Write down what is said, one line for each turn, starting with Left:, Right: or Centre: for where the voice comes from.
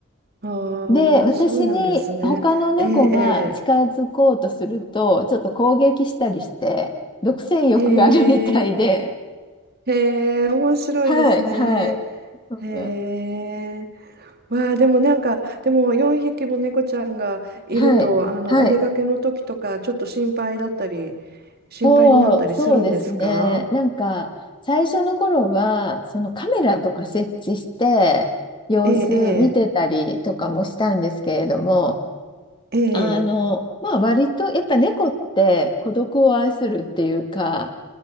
Right: ああ
Left: で、私に他の猫が近づこうとすると、
Right: ー、そうなんですね。ええ
Left: ちょっと攻撃したりして、独占欲があるみたいで、
Right: ええへえ、へえ、面白いですね。
Left: はい、はい、うん
Right: へえ。わあ、でもなんか、でも4匹も猫ちゃんがいると、
Left: はい、
Right: あの、
Left: はい、
Right: お出かけの時とか、ちょっと心配だったり、心配になったりするんですか
Left: そう、そうですね。なんか、最初の頃は、そのカメラとか設置して、様子見てたりとかもしたんですけれども、
Right: ええ、ええ、ええ、
Left: あの、まあ割と、やっぱ猫って孤独を愛するっていうか、